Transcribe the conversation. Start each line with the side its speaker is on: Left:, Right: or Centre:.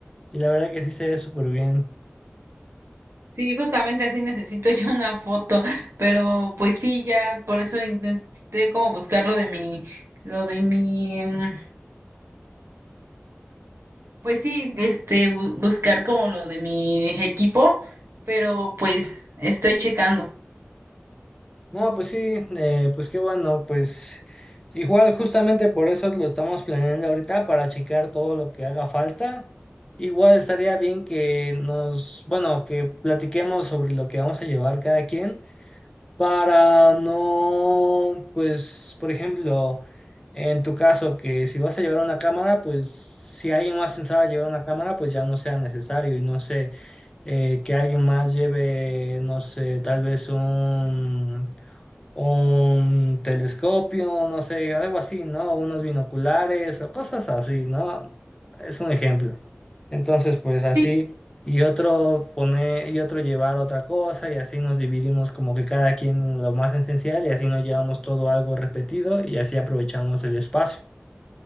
Left: y la verdad que sí se ve súper bien.
Right: Sí, justamente así necesito <laughs> yo una foto, pero pues sí, ya por eso intenté como buscar lo de mi, lo de mi, em, pues sí, este, bu- buscar como lo de mi equipo, pero pues estoy checando.
Left: No, pues sí, eh, pues qué bueno, pues igual justamente por eso lo estamos planeando ahorita para checar todo lo que haga falta. Igual estaría bien que nos, bueno, que platiquemos sobre lo que vamos a llevar cada quien para no, pues, por ejemplo, en tu caso, que si vas a llevar una cámara, pues si alguien más pensaba llevar una cámara, pues ya no sea necesario y no sé, eh, que alguien más lleve, no sé, tal vez un un telescopio, no sé, algo así, ¿no? Unos binoculares o cosas así, ¿no? Es un ejemplo. Entonces, pues así,
Right: sí
Left: y otro poner, y otro llevar otra cosa, y así nos dividimos como que cada quien lo más esencial, y así nos llevamos todo algo repetido, y así aprovechamos el espacio.